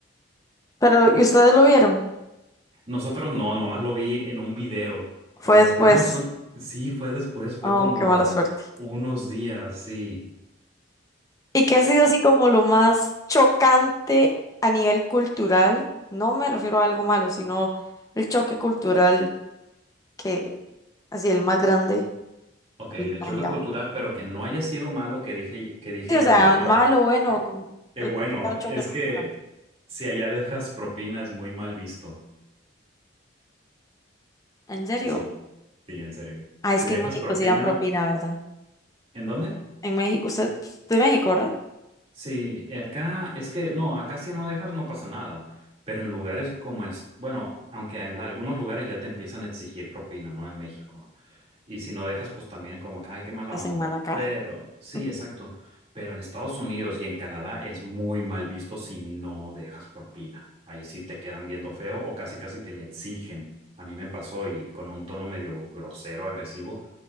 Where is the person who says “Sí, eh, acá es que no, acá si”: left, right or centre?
Right